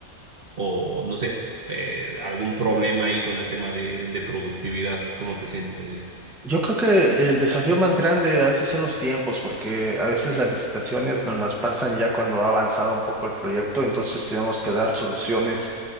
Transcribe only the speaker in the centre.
Yo creo que el desafío más grande a veces son los tiempos, porque a veces las licitaciones nos las pasan ya cuando ha avanzado un poco el proyecto, entonces tenemos que dar soluciones